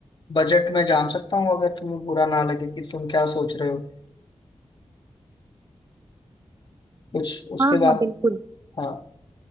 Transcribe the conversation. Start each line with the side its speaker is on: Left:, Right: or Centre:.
Left: बजट मैं जान सकता हूँ अगर तुम्हें बुरा ना लगे कि तुम क्या सोच रहे हो कुछ उसके
Right: हाँ
Left: बाद
Right: हाँ बिल्कुल
Left: हाँ